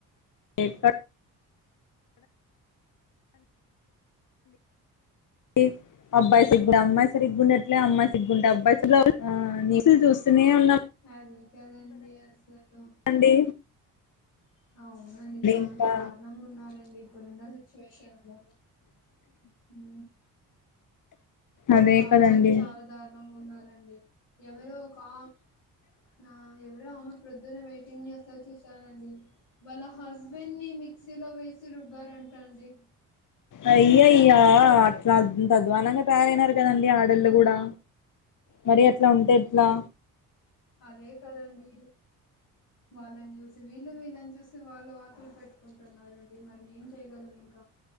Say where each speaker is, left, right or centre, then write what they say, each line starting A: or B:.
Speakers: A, on the left (about 45°); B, on the left (about 70°).
A: <unintelligible> ఈ అబ్బాయి సిగ్గు అమ్మాయి సరిగ్గుండట్లే అమ్మాయి సిగ్గుంటే అబ్బాయిలు చూస్తనే ఉన్నా
B: అదే కదండి అసలు
A: అండి
B: అవునండి చాలా
A: ఇంకా
B: దారుణంగా ఉన్నారండి ఇప్పుడున్న సిచ్యువేషన్ లో ఉ
A: అదే
B: చాలా
A: కదండి
B: అంటే చాలా దారుణంగా ఉన్నారండి ఎవరు కా నా ఎవరో అమ ప్రొద్దున్న వెయిటింగ్ చేస్తే చూసానండి వాళ్ళ హస్బెండ్ ని మిక్సీలో వేసి రుబ్బారంట అండి
A: అయ్యా అయ్యా అట్లా అద్వానంగా తయారైనారు కదండీ ఆడళ్ళు కూడా మరి అట్లా ఉంటే ఎట్లా
B: అదే కదండి వాళ్ళని చూసి వీళ్ళు వీళ్ళని చూసి వాళ్ళు వాతులు పెట్టుకుంటున్నారండి మరిం ఏం చేయగలం ఇంక